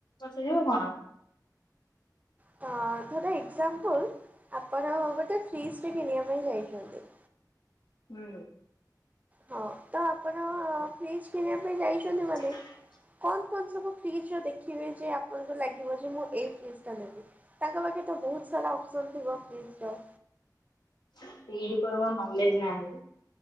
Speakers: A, on the left; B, on the right.
A: ସେଓ କ'ଣ?
B: ହଁ ଧର ଏକ୍ଜାମ୍ପଲ୍ ଆପଣ ଗୋଟେ ଫ୍ରୀଜ୍ ଟେ କିଣିବା ପାଇଁ ଯାଇ ହ <unintelligible>
A: ହୁଁ
B: ହଁ, ତ ଆପଣ ଫ୍ରିଜ କିଣିବା ପାଇଁ ଯାଇଛନ୍ତି? ମାନେ
A: ସେ <unintelligible>
B: କଣ କଣ ସବୁ ଫ୍ରିଜ ର ଦେଖିବେ ଯେ ଆପଣଙ୍କୁ ଲାଗିବ ଯେ- ମୁଁ ଏଇ ଫ୍ରିଜ ଟା ନେବି। ତାଙ୍କ ପାଖେ ତ ବହୁତ ସାରା ଅପସନ ଥିବ
A: ସେଇ ଉପରେ ମୋର ନଲେଜ ନାହିଁ।